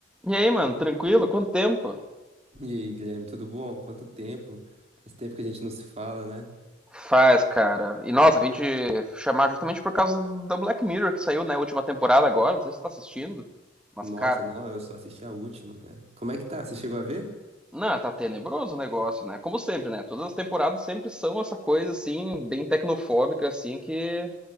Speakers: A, in the centre; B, on the right.
A: E aí, mano, tranquilo? Quanto tempo?
B: E aí, Guilherme, tudo bom? Quanto tempo? Faz tempo que a gente não se fala, né?
A: Faz, cara. E nossa, vim te chamar justamente por causa da Black Mirror que saiu, né, a última temporada agora. Não sei se você tá assistindo. Mas,
B: Nossa,
A: cara,
B: não, eu só assisti a última, cara. Como é que tá? Você chegou a ver?
A: não, tá tenebroso o negócio, né? Como sempre, né? Todas as temporadas sempre são essa coisa, assim, bem tecnofóbica, assim, que,